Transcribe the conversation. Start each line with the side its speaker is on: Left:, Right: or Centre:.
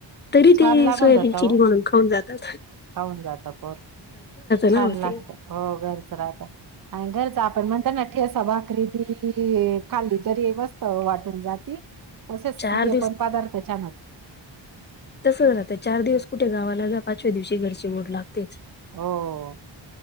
Left: तरी
Right: छान
Left: ते
Right: लागून
Left: सोयाबीन
Right: जात हो
Left: चिली म्हणून खाऊन जात. <inaudible>
Right: खाऊन जातं पोर, छान
Left: ना होते
Right: लागतं, हो घरच राहतं. आणि घरचं आपण म्हणतो ना ठेचा भाकरी ती खाल्ली तरी मस्त वाटून जाती. तसेच
Left: चार
Right: हे पण पदार्थ छानत
Left: तसंच राहते चार दिवस कुठे गावाला जा, पाचव्या दिवशी घरची ओढ लागतेच.
Right: हो....